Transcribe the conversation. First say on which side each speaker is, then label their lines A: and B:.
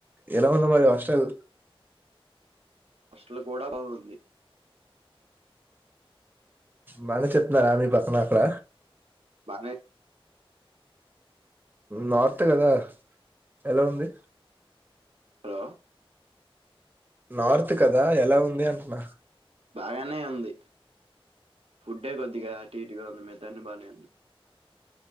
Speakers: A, on the right (about 20°); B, on the right (about 85°).
A: ఎలా ఉంది మరి హాస్టల్
B: హాస్టల్ కూడా బాగుంది
A: బానే చెప్తున్నారా ఆ మీ పక్కన అక్కడ.
B: బానే
A: నార్త్ కదా ఎలా ఉంది
B: హలో
A: నార్త్ కదా ఎలా ఉంది అంటున్నా
B: బాగానే ఉంది ఫుడ్డే కొద్దిగా అటు ఇటుగా ఉంది మితాన్ని బాగానే ఉంది.